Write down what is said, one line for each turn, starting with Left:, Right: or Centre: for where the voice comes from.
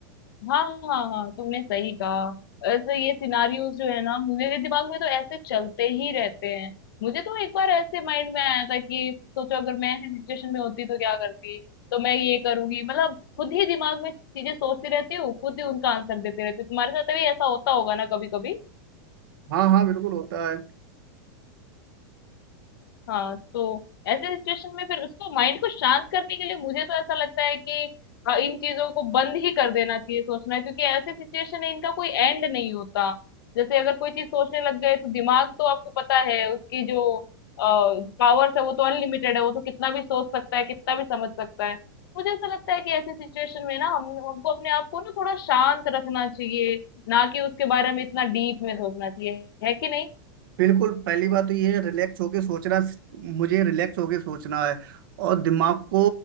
Left: हाँ हाँ हाँ तुमने सही कहा ऐसे ये सिनारियोज जो है ना मेरे दिमाग में तो ऐसे चलते ही रहते हैं मुझे तो एक बार ऐसे माइंड में आया था कि सोचो अगर मैं ऐसी सिचुएशन में होती तो क्या करती तो मैं ये करूंगी मतलब खुद ही दिमाग में चीजें सोचती रहती हूँ खुद ही उनका आंसर देती रहती हूँ तुम्हारे साथ भी ऐसा होता होगा ना कभी कभी
Right: हाँ हाँ बिल्कुल होता है
Left: हाँ, तो ऐसे सिचुएशन में फिर उसको माइंड को शांत करने के लिए मुझे तो ऐसा लगता है कि अ, इन चीजों को बंद ही कर देना चाहिए सोचना क्योंकि ऐसे सिचुएशन है इनका कोई एंड नहीं होता जैसे अगर कोई चीज सोचने लग गए तो दिमाग तो आपको पता है उसकी जो पावर्स है वो तो अनलिमिटेड है वो तो कितना भी सोच सकता है कितना भी समझ सकता है मुझे ऐसा लगता है कि ऐसे सिचुएशन में ना हम हमको अपने आप को ना थोड़ा शांत रखना चाहिए ना कि उसके बारे में इतना डीप में सोचना चाहिए है कि नहीं
Right: बिल्कुल पहली बात तो ये है रिलैक्स होके सोचना मुझे रिलैक्स होके सोचना है और दिमाग को